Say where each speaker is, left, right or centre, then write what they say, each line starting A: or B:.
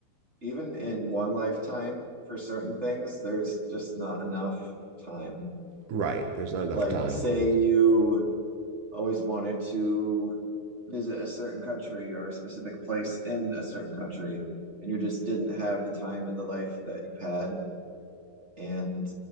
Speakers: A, on the right; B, on the right.
A: even in one lifetime, for certain things, there's just not enough time.
B: Right. There's not enough
A: Like,
B: time
A: say
B: really.
A: you always wanted to visit a certain country or a specific place in a certain country, and you just didn't have the time in the life that you had, and